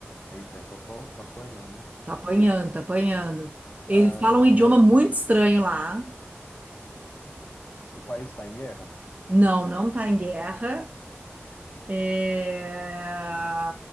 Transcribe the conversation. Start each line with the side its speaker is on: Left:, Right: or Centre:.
Left: Eita, essa eu tô, tô apanhando, hein?
Right: Tá apanhando, tá apanhando. Eles
Left: Ah,
Right: falam um idioma muito estranho lá.
Left: o país está em guerra?
Right: Não, não tá em guerra. É,